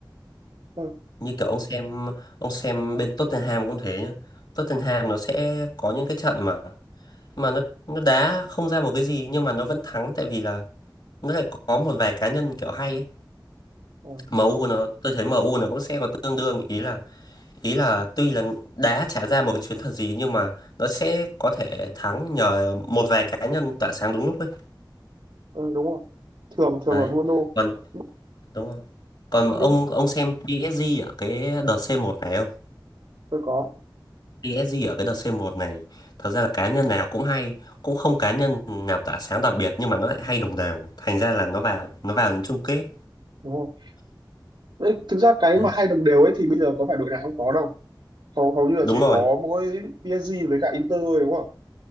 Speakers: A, on the right (about 75°); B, on the left (about 65°).
A: ừ,
B: như kiểu ông xem ông xem bên Tottenham cũng thế nhá Tottenham nó sẽ có những cái trận mà mà nó nó đá không ra một cái gì nhưng mà nó vẫn thắng tại vì là nó lại có một vài cá nhân kiểu hay ấy.
A: ừ,
B: MU nó tôi thấy MU nó cũng sẽ có tương đương ý là ý là tuy là đá trả ra một cái chuyến thật gì nhưng mà nó sẽ có thể thắng nhờ một vài cá nhân tỏa sáng đúng lúc ấy
A: ừ, đúng rồi thường thường
B: đấy
A: là Bruno
B: còn
A: Nh-
B: đúng rồi còn ông
A: nhưng
B: ông xem PSG ở cái đợt C1 này không
A: tôi có
B: PSG ở cái đợt C1 này thật ra là cá nhân nào cũng hay cũng không cá nhân nào tỏa sáng đặc biệt nhưng mà nó lại hay đồng đều thành ra là nó vào nó vào đến chung kết
A: đúng không đấy, thực ra cái
B: đấy.
A: mà hai đồng đều ấy thì bây giờ có phải đội nào cũng có đâu hầu hầu như là
B: đúng
A: chỉ
B: rồi
A: có mỗi PSG với cả Inter thôi đúng không